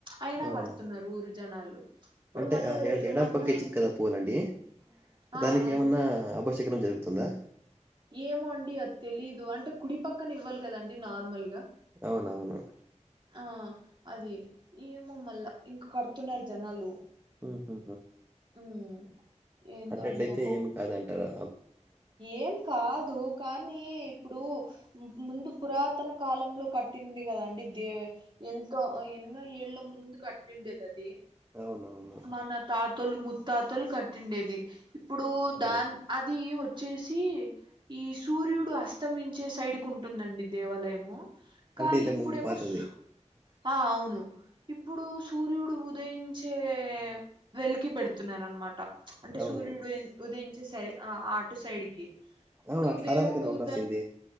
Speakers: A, on the right (about 40°); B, on the right (about 20°).
A: అయినా
B: అవునా?
A: కడ్తున్నారు ఊరు జనాలు ఇప్పుడు
B: అంటే
A: మళ్ళా రేపేమన్నా
B: ఎడం పక్కిచ్చింది కదా పూలండి
A: ఆ
B: దానికేమన్నా
A: ఆ
B: అభశ్యేకునం జరుగు తుందా
A: ఏమో అండి అది తెలీదు అంటే కుడి పక్కనివ్వాలి కదండి నార్మల్గా
B: అవునవును
A: ఆ అది ఏమో మళ్ళా ఇంకా కడ్తున్నారు జనాలు
B: ఉహు
A: ఉమ్ ఏందో
B: అటట్లయితే
A: అండి ఒక్కొక్క
B: ఏమి కాదంటారా
A: ఏం కాదు కానీ ఇప్పుడు ముందు పురాతన కాలంలో కట్టింది కదా అండి దే ఎంతో ఎన్నో ఏళ్ళ ముందు కట్టిండేది అది
B: అవునవును
A: మన తాతోళ్లు ముత్తాతోల్లు కట్టిండేది ఇప్పుడు
B: హ్మ్.
A: దాన్ అది వచ్చేసి ఈ సూర్యుడు అస్తమించే సైడ్కు ఉంటుందండి దేవాలయము కానీ
B: అంటే ఇంతకు
A: ఇప్పుడేమో
B: ముందు పాతది.
A: సు ఆ అవును ఇప్పుడు సూర్యుడు ఉదయించే వెలికి పెడుతున్నరనమాట అంటే
B: అవును.
A: సూర్యుడు ఉదయించే సరే ఆ అటు సైడ్కి ఇప్పుడు
B: అవును. అట్లా
A: దేవుడు
B: అలానే కదా ఉండాల్సింది.
A: దాని